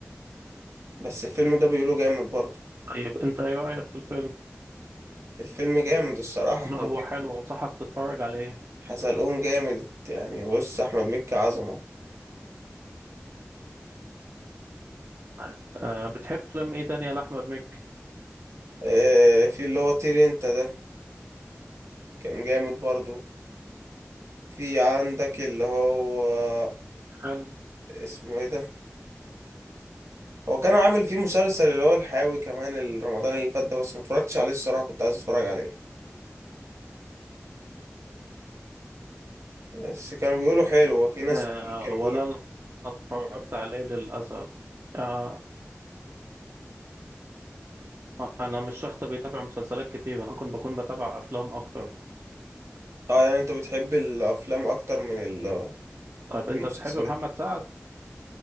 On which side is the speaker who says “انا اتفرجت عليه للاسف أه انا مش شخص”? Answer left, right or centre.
Right